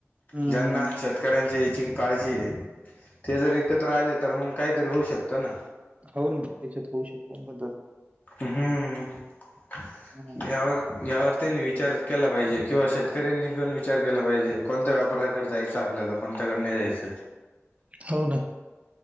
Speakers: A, on the right; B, on the left.
A: हम्म
B: ज्यांना शेतकऱ्यांची. ची काळजी घे, ते जर एकत्र आले तर मग काहीतरी होऊ शकत ना.
A: हो ना. त्याच्यात होऊ शकतो बदल.
B: अहं हम्म.
A: हम्म हम्म.
B: यावर यावर. त्यांनी विचारचं केला पाहिजे, किंवा शेतकऱ्यांनी पण विचार केला पाहिजे, कोणत्या व्यापऱाकडे जायचा आपल्याला कोणत्याकडे नाही जायचं.
A: हो ना.